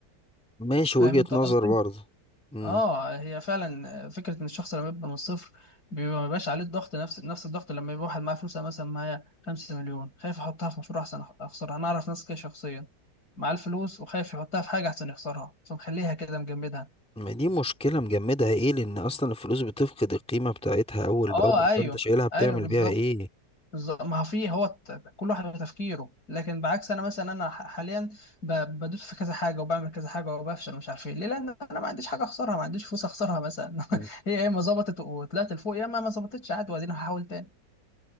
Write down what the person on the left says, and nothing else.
فاهم
انت
قصدي
اه هي فعلا فكره ان الشخص لما يبقى من الصفر بيبقى ما بيبقاش عليه الضغط نفس نفس الضغط لما يبقى واحد معاه فلوس أنا مثلا معايا 5 مليون خايف احطها في مشروع احسن اخسرها انا اعرف ناس كده شخصيا معاه الفلوس وخايف يحطها في حاجه احسن يخسرها فمخليها كده مجمدها
اه
ايوه
ايوه بالظبط
بالظبط ما هو في هو الت- كل واحد بتفكيره لكن بعكس انا مثلا انا ح- حاليا ب- بدوس في كذا حاجه وبعمل كذا حاجه وبفشل مش عارف ايه ليه لان انا ما عنديش حاجه اخسرها ما عنديش فلوس اخسرها مثلا <laughs>
هي يا اما ظبطت وطلعت لفوق يا اما ما ظبطتش عادي وبعدين هحاول تاني